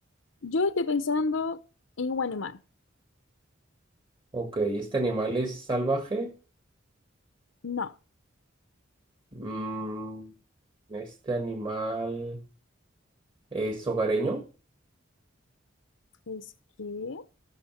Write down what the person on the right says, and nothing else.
Ok, ¿este animal es salvaje?
Mm, ¿este animal es hogareño?